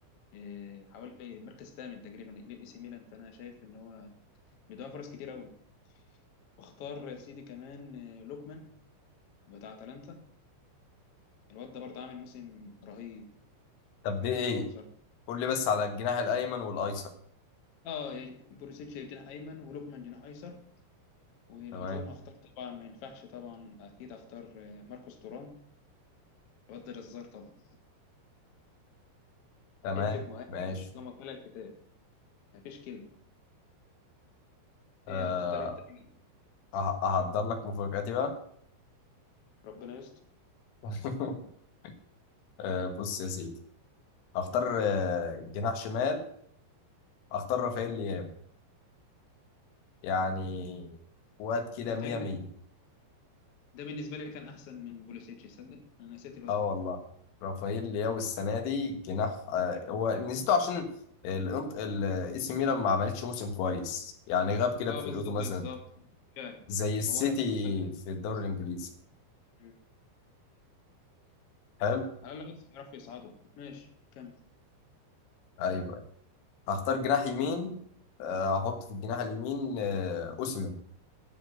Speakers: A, on the left; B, on the left.
A: إيه، حوالي مركز ثامن تقريبا الاي سي ميلان فانا شايف ان هو بيضيع فرص كتير قوي واختار يا سيدي كمان آه، لوكمان بتاع اتلانتا الواد ده برضه عامل موسم رهيب
B: طب
A: بحبه
B: دي ايه
A: قوي بصراحه
B: قول لي بس على الجناح الايمن والايسر
A: اه بوليسيتش جناح ايمن ولوكمان جناح ايسر والهجوم
B: تمام
A: هختار طبعا ما ينفعش طبعا اكيد هختار آه، ماركوس تورام الواد ده جزار طبعا
B: تمام
A: حته مهاجم
B: ماشي
A: كما قال الكتاب مفيش كلمه
B: أه
A: ايه هتختار انت مين
B: أه- أهدر لك مفاجأتي بقى
A: ربنا يستر
B: <laughs> آه، بص يا سيدي هختار آه، جناح شمال هختار رافائيل لياو يعني واد كده
A: انا
B: مية
A: بتهيألي
B: مية
A: ده بالنسبه لي كان احسن من بوليسيتش صدق انا نسيت الواد
B: اه
A: ده
B: والله رافائيل لياو السنة دي جناح آه، هو نسيته عشان الانط الاي سي ميلان ما عملتش موسم كويس يعني غاب كده
A: اه
B: في فرقته
A: بالظبط
B: مثلا
A: بالظبط فعلا
B: زي السيتي
A: هو لو كانوا مقدمين
B: في الدوري
A: بس-
B: الانجليزي
A: مم.
B: حلو
A: على الاقل بس يعرفوا يصعدوا ماشي كمل
B: ايوه أيوة. هختار جناح يمين آه، هحط في الجناح اليمين آه، اوسمان